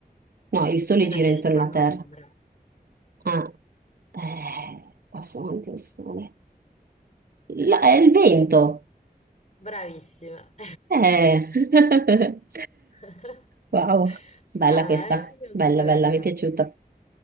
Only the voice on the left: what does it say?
E
noi vieni
ti fanno
ombra.
Bravissima.
<laughs>
Brava,
eh? Io non
ci sarei
arrivata.